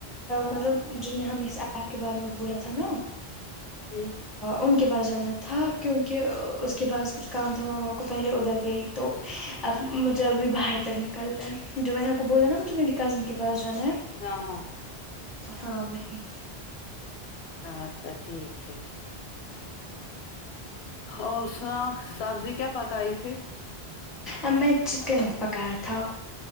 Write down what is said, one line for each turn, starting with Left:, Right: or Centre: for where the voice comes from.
Centre: مطلب جن نے ہم صاحب کے بارے میں بولا تھا نا
Left: ہ
Centre: ان کے پاس جانا تھا کیونکہ اس کے پاس کچھ کام تو ماما کو پہلے ادھر گئی تو اب مجھے ابھی باہر تک نکلنا ہے جو میں نے آپ کو بولا نا وہ میری کزن کے پاس جانا ہے
Left: ہاں ہاں
Centre: ہاں وہی
Left: ا اچھا ٹھیک ہے اور سنا سبزی کیا پکائی تھی
Centre: اب میں چکن پکایا تھا